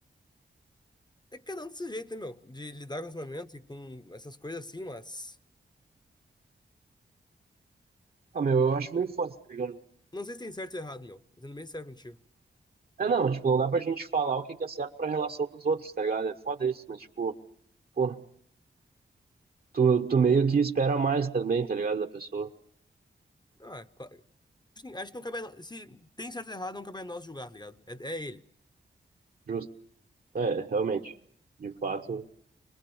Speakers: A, on the left (about 20°); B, on the right (about 50°).
A: É que cada um do seu jeito, né, meu? De lidar com relacionamento e com essas coisas assim, mas.
B: Ah, meu, eu acho meio foda, tá ligado?
A: Não sei se tem certo ou errado, meu. Tô Sendo bem sério contigo.
B: É, não, tipo, não dá pra gente falar o que que é certo pra relação dos outros, tá ligado? É foda isso, mas, tipo. Porra, tu, tu meio que espera mais também, tá ligado? Da pessoa.
A: Ah, claro. Assim, acho que não cabe a nós. Se tem certo ou errado, não cabe a nós julgar, tá ligado? É, é ele.
B: Justo. É, realmente. De fato.